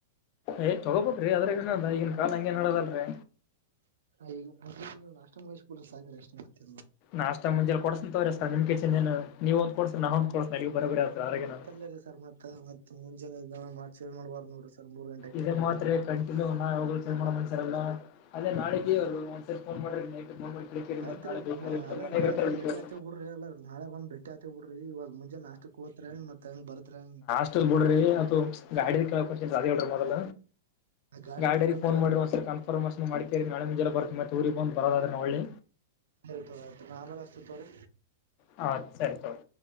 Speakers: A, on the left; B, on the right.
A: ಏ ತಗೋಬೇಕ್ರಿ ಅದ್ರಾಗ್ ಏನ್ ಅದಾ ಈಗಿನ ಕಾಲ ಹಂಗೆ ನಡದದ ಅಲ್ರೀ.
B: ಈಗ <unintelligible> ನಾಸ್ಟಾ ಮುಗಿಸ್ ಕೊಡ್ರಿ ಸಾಕ್ರಿ ಅಷ್ಟ.
A: ನಾಷ್ಟ ಮುಂಜಲಿ ಕೋಡ್ಸ್ತೇನ್ ತೋಗೋರಿ ಸರ್ ನಿಮ್ ಕೇಶಿಂದ ಏನ್ ನೀವ್ ಒಂದ್ ಕೊಡ್ಸರಿ ನಾ ಒಂದ್ ಕೊಡ್ಸತೇನ ಅಲ್ಲಿಗ ಬರಾಬರಿ ಆಯ್ತುದ್
B: <unintelligible> ಸರ್ ಮತ್ತ ಮತ್ತ ಮುಂಜಾನೆ ಎದ್ದ ಮಾತ್ ಚೇಂಜ್ ಮಾಡಬಾರ್ದ ನೋಡ್ರಿ ಸರ್ ಮೂರ್ ಗಂಟೆ
A: ಇದೇ ಮಾತ್ರಿ ಕ ಇದು ನಾ ಯಾವಾಗ್ಲೂ ಚೇಂಜ್ ಮಾಡೋ ಮನಶ್ಯಾರ್ ಅಲ್ಲಾ ಅದೇ ನಾಳಿಗಿ ಒಂದ್ ಸರ್ತಿ ಪೋನ್ ಮಾಡ್ರಿ ನೈಟ್ ಕೇಳ್ಕೇರಿ
B: ಆಯ್ತ್ರಿ
A: ಮತ್ ನಾಳೆ ಬೇಕಂದ್ರೆ
B: ಮ ಅಲಾ
A: ಮನೆಗೆ
B: ನಾಳೆ
A: ಇರ್ತಾರಲ್ಲ
B: ಬಂದ ಬೆಟ್ಟಿ
A: ಕೇಳಿ
B: ಆಯ್ತೆವ್ ಬಿಡ್ರಿ ಎಲ್ಲ ನಾಳಿಗ್ ಬಂದ್ ಬೆಟ್ಟಿ ಆಯ್ತಿವಿ ಬಿಡ್ರಿ ಇವಾಗ ಮುಂಜೆ ನಾಷ್ಟಕ್ ಹೊತ್ರ್ಯಾ ಹೆಂಗ್ ಬರ್ತರ್ಯಾ ಮತ್ತೆಂಗ
A: ಷ್ಟ ಬಿಡ್ರಿ ಅದು ಗಾಡಿದ್ ಕೆಳಕತ್ತಿನಿ ಅದು ಹೇಳ್ರಿ ಮೊದಲ್.
B: ಗಾಡಿದ
A: ಗಾಡ್ಯರಿಗ
B: ಇರ್ತತ್
A: ಫೋನ್
B: ತೋರಿ
A: ಮಾಡ್ರಿ ಒಂದ್ ಸರಿ ಕನ್ಫರ್ಮೇಶನ್ ಮಾಡಕೇರಿ ನಾಳೆ ಮುಂಜನಿ ಬರ್ತ ಮತ್ತ ಊರಿಗ ಬಂದ್ ಬರದ ಆದ್ರ ಹೋಳ್ಳಿ
B: ಸರಿ ತೋರಿ ಆಯ್ತ್ ನಾ ಆಮೇಲ್ ಹಚ್ಚ್ತಿನಿ ತೋರಿ.
A: ಹಾ ಸರಿ ತೋರಿ.